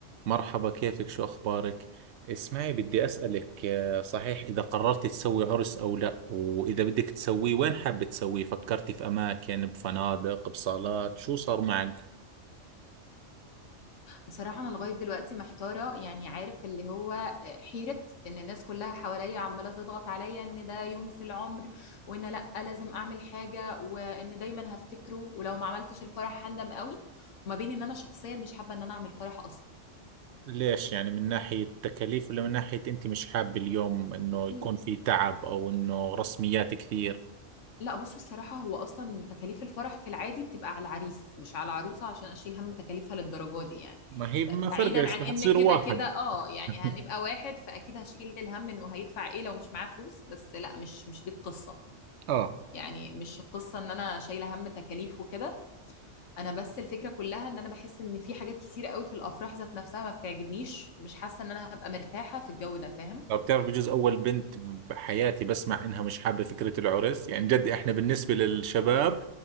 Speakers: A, on the right; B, on the left.
A: مرحبا كيفك شو أخبارك؟ اسمعي بدي أسألك آه، صحيح إذا قررت تسوي عرس أو لا وإذا بدك تسويه وين حابة تسويه؟ فكرتي في أماكن بفنادق بصالات شو صار معك؟
B: بصراحة أنا لغاية دلوقتي محتارة يعني عارف اللي هو آه، حيرة إن الناس كلها حواليا عمالة تضغط عليا إن ده يوم في العمر وإن لأ لازم أعمل حاجة وإن دايما هفتكره ولو ما عملتش الفرح هندم قوي وما بين إن أنا شخصيا مش حابة إن أنا أعمل فرح
A: ليش يعني من ناحية تكاليف ولا من ناحية أنت مش حابة اليوم إنه
B: أصلا
A: يكون في تعب أو إنه رسميات كثير؟
B: لا بص الصراحة هو أصلا تكاليف الفرح في العادي بتبقى على العريس مش على العروسة عشان أشيل هم تكاليفها للدرجة دي يعني
A: ما هي ما
B: بعيدا
A: فرقش
B: عن
A: رح
B: إن
A: تصير
B: كده
A: واحد
B: كده اه يعني
A: <laughs>
B: هنبقى واحد فأكيد هشيل الهم إنه هيدفع إيه لو مش معاه فلوس بس لا مش مش دي القصة
A: اه
B: يعني مش القصة إن أنا شايلة هم تكاليف وكده أنا بس الفكرة كلها إن أنا بحس إن في حاجات كتير قوي في الأفراح ذات نفسها ما بتعجبنيش مش حاسة إن أنا هبقى مرتاحة في الجو ده فاهم
A: لو بتعرف بجوز أول بنت بحياتي بسمع إنها مش حابة فكرة العرس يعني جد إحنا بالنسبة للشباب